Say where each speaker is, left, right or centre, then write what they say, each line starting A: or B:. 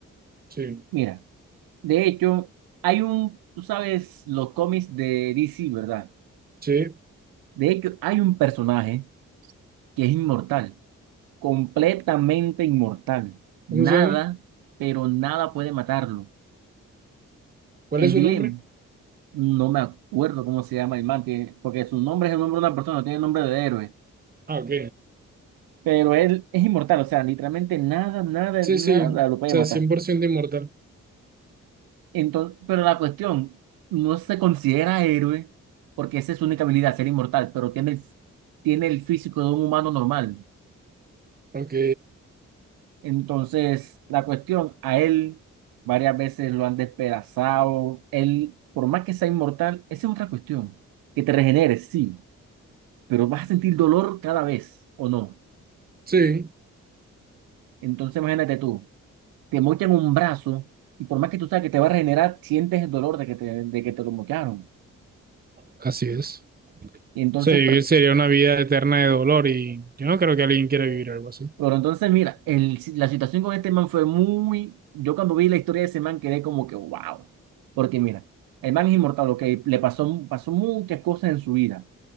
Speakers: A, on the right; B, on the right.
A: sí,
B: Mira, de hecho, hay un, tú sabes, los cómics de DC, ¿verdad?
A: sí.
B: De hecho, hay un personaje que es inmortal, completamente inmortal. Nada,
A: ¿Cómo se llama?
B: pero nada puede matarlo.
A: ¿Cuál
B: El
A: es su
B: dilema.
A: nombre?
B: No me acuerdo cómo se llama el man, que, porque su nombre es el nombre de una persona, no tiene nombre de héroe.
A: Ah, ok.
B: Pero él es inmortal, o sea, literalmente nada, nada,
A: Sí,
B: nada
A: sí,
B: lo
A: o
B: puede
A: sea,
B: matar.
A: cien por ciento inmortal.
B: Entonces, pero la cuestión, no se considera héroe porque esa es su única habilidad, ser inmortal, pero tiene el, tiene el físico de un humano normal.
A: Ok,
B: Entonces, la cuestión, a él varias veces lo han despedazado. Él, por más que sea inmortal, esa es otra cuestión. Que te regeneres, sí, pero vas a sentir dolor cada vez, ¿o no?
A: sí,
B: Entonces, imagínate tú, te mochan un brazo y por más que tú sabes que te va a regenerar, sientes el dolor de que te, de que te lo mocharon.
A: así es.
B: Y entonces,
A: sí vivir
B: pero,
A: sería una vida eterna de dolor y yo no creo que alguien quiera vivir algo así.
B: pero entonces, mira, el, la situación con este man fue muy. Yo cuando vi la historia de ese man quedé como que, wow. Porque mira, el man es inmortal, ok, le pasó, pasó muchas cosas en su vida